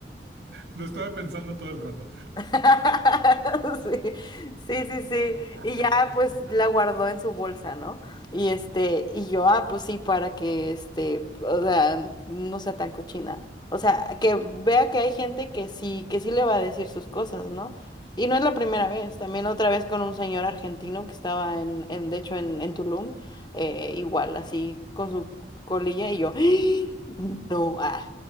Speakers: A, on the right; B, on the left.
A: Lo estuve pensando todo el rato.
B: <laughs> Sí, sí, sí, sí.
A: <laughs>
B: Y ya pues la guardó en su bolsa, ¿no? Y este, y yo, ah, pues sí, para que este, o sea, no sea tan cochina. O sea, que vea que hay gente que sí, que sí le va a decir sus cosas, ¿no? Y no es la primera vez, también otra vez con un señor argentino que estaba en, en de hecho, en, en Tulum, eh, igual, así, con su colilla, y yo, <gasps> no, ah,